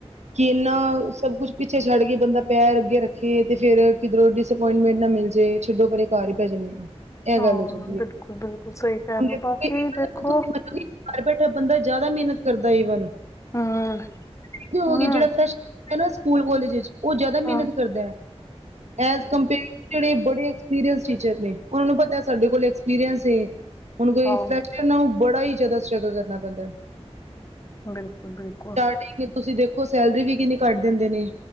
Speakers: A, on the right; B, on the left.
A: ਕਿ ਇੰਨਾ ਸਭ ਕੁਛ ਪਿੱਛੇ ਛੱਡ ਕੇ ਬੰਦਾ ਪੈਰ ਅੱਗੇ ਰੱਖੇ ਤੇ ਫੇਰ ਕਿਧਰੋਂ ਡਿਸਪੋਇੰਟਮੈਂਟ ਨਾ ਮਿਲ ਜੇ। ਛੱਡੋ ਪਰੇ ਘਰ ਹੀ ਬੈ ਜਾਂਨੇ ਆ। ਇਹ
B: ਹਾਂ,
A: ਗੱਲ ਹੋ ਜਾਂਦੀ ਹੈ।
B: ਬਿਲਕੁਲ-ਬਿਲਕੁਲ ਸਈ ਕੈ
A: ਹੁਣ
B: ਰੇਓ
A: ਦੇਖੋਗੇ
B: ਬਾਕੀ ਦੇਖੋ
A: ਤੁਸੀਂ ਮੰਨੋਗੇ ਘਰ ਬੈਠਾ ਬੰਦਾ ਜਾਦਾ ਮੇਨਤ ਕਰਦਾ ਏ ਈਵਨ ਹੋ
B: ਹੂੰ,
A: ਵੇਖਦੇ ਓ
B: ਹਾਂ,
A: ਜੇੜਾ ਫਰੈਸ਼ ਨਾ ਸਕੂਲ ਕੋਲੇਜ ਚ ਓ ਜਾਦਾ
B: ਹੂੰ।
A: ਮੇਨਤ ਕਰਦੈ ਐਜ ਕੰਪੇਅਰ ਟੁ ਜੇੜੇ ਬੜੇ ਐਕਸਪੀਰੀਐਂਸ ਟੀਚਰ ਨੇ, ਓਨਾਂ ਨੂੰ ਪਤੈ ਸਾਡੇ ਕੋਲ ਐਕਸਪੀਰੀਐਂਸ ਏ। ਹੁਣ ਕੋਈ
B: ਹਾਂ,
A: ਫਰੈਕਚਰ ਨਾ ਬੜਾ ਹੀ ਜਾਦਾ ਸਟ੍ਰਗਲ ਕਰਨਾ ਪੈਂਦੈ।
B: ਬਿਲਕੁਲ, ਬਿਲਕੁਲ
A: ਸਟਾਰਟਿੰਗ ਚ ਤੁਸੀਂ ਦੇਖੋ, ਸੈਲਰੀ ਵੀ ਕਿੰਨੀ ਘੱਟ ਦਿੰਦੇ ਨੇ।